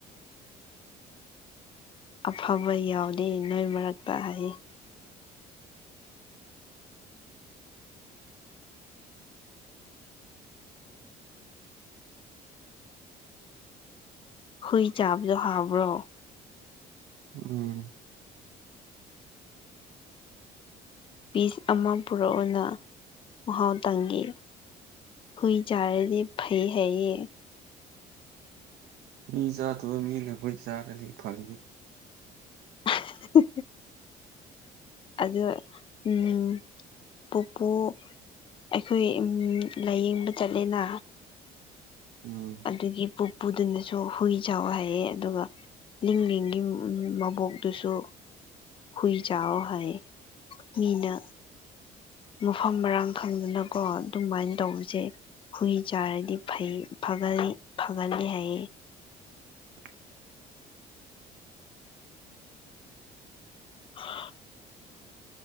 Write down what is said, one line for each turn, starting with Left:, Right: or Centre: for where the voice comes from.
Left: ꯑꯐꯕ ꯌꯥꯎꯗꯦ ꯅꯣꯏ ꯃꯔꯛꯇ ꯍꯥꯏꯌꯦ ꯍꯨꯏ ꯆꯥꯕꯗꯣ ꯍꯥꯕ꯭ꯔꯣ
Right: ꯎꯝ
Left: ꯄꯤꯁ ꯑꯃ ꯄꯨꯔꯛꯎꯅ ꯃꯍꯥꯎ ꯇꯪꯒꯦ ꯍꯨꯏ ꯌꯥꯔꯗꯤ ꯐꯩ ꯍꯥꯏ ꯌꯦ
Right: ꯍꯨꯏ ꯆꯥꯗꯕ ꯃꯤꯅ ꯍꯨꯏ ꯆꯥꯔꯗꯤ ꯐꯒꯅꯤ
Left: ꯍꯍ ꯑꯗꯣ ꯎꯝ ꯄꯨꯄꯨ ꯑꯩꯈꯣꯏ ꯏꯃꯨꯡ ꯂꯥꯏꯌꯦꯡꯕ ꯆꯠꯂꯦꯅ
Right: ꯎꯝ
Left: ꯗꯨꯒꯤ ꯄꯨꯄꯨꯗꯨꯅꯁꯨ ꯍꯨꯏ ꯆꯥꯎꯑꯣ ꯍꯥꯏꯌꯦ ꯑꯗꯨꯒ ꯂꯤꯡꯂꯤꯡꯒꯤ ꯃꯕꯣꯛꯇꯨꯁꯨ ꯍꯨꯏ ꯆꯥꯑꯣ ꯍꯥꯏꯌꯦ ꯃꯤꯅ ꯃꯐꯝ ꯃꯔꯥꯡ ꯈꯪꯗꯅꯀꯣ ꯑꯗꯨꯃꯥꯏ ꯇꯧꯕꯁꯦ ꯍꯨꯏ ꯆꯥꯔꯗꯤ ꯐꯩ ꯐꯒꯜꯂꯤ ꯐꯒꯜꯂꯤ ꯍꯥꯏꯌꯦ
Right: <inaudible>
Left: <inaudible>